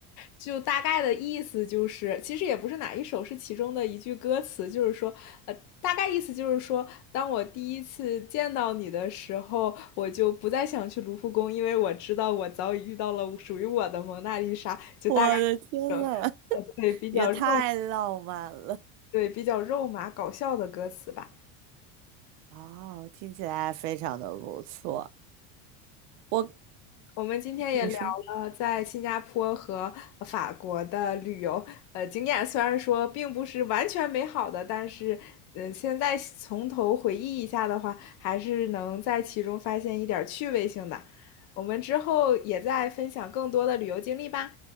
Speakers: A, on the left; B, on the right.
A: 就大概的意思就是，其实也不是哪一首，是其中的一句歌词，就是说，呃，大概意思就是说，当我第一次见到你的时候，我就不再想去卢浮宫，因为我知道我早已遇到了属于我的蒙娜丽莎。就大概
B: 我的天呐，
A: 这种呃，
B: <laughs>
A: 对，比较肉，
B: 也太浪漫了。
A: 对，比较肉麻搞笑的歌词吧。
B: 哦，听起来非常的不错。我，
A: 我们今天也聊了在新加坡和法国的旅游，
B: 你说，
A: 呃，经验虽然说并不是完全美好的，但是，嗯，现在从头回忆一下的话，还是能在其中发现一点趣味性的。我们之后也再分享更多的旅游经历吧。